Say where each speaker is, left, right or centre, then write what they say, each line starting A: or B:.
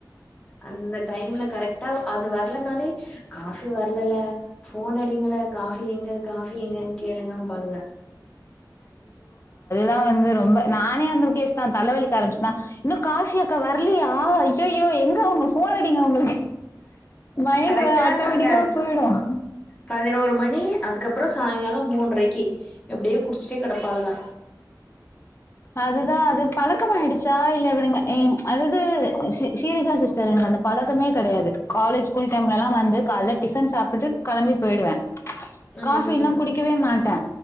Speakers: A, on the left; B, on the left.
A: அந்த டைம்ல கரெக்டா அது வரலனாலே காபி வரலல போன் அடிங்கல காபி எங்க காபி எங்க கேளுங்க அப்படின்பாங்க
B: நான் வந்து ரொம்ப நானே அந்த கேஸ் தான் தலைவலிக்க ஆரம்பச்சுதான் இன்னும் காஃபி அக்கா வரலையா ஐயய்யோ எங்க உங்க போன் அடிங்க உங்களுக்கு மைண்ட
A: கரெக்டா
B: ஆட்டோமேட்டிக்க
A: அந்த
B: போய்டும்
A: பதினோரு மணி அதுக்கப்புறம் சாயங்காலம் மூன்றரைக்கு எப்படியோ குடிச்சிட்டே கிடப்பாளுங்க
B: அதுதான் அது பழக்கமாயிடுச்சு சா இல்லை இவனுங்க என்ன அதாவது சீரியஸா சிஸ்டர் எனக்கு அந்த பழக்கமே கிடையாது காலேஜ் ஸ்கூல் டைம்லலாம் வந்து காலைல டிஃபன் சாப்பிட்டுட்டு கிளம்பி போயிடுவேன்
A: ம்
B: காபி
A: ம்
B: எல்லாம் குடிக்கவே மாட்டேன்